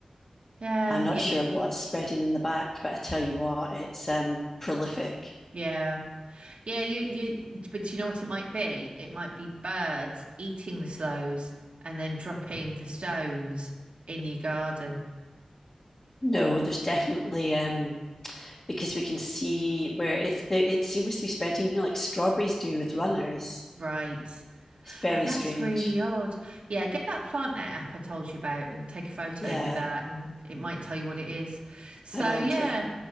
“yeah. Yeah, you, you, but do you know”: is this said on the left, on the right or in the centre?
Right